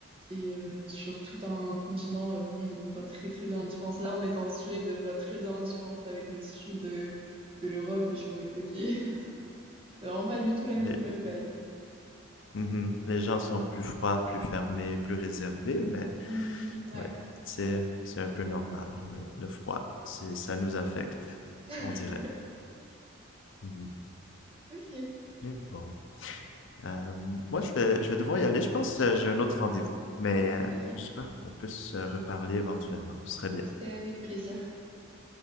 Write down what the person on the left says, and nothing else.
Les...
Mhm. Les gens sont plus froids, plus fermés, plus réservés, mais
ouais, c'est c'est un peu normal. ouais. Le froid, c'est ça nous affecte,
on dirait. Mhm.
Mais bon, Euh, moi je vais je vais devoir y aller. Je pense que j'ai un autre rendez-vous, mais euh,
j'espère qu'on puisse se reparler éventuellement. Ce serait bien.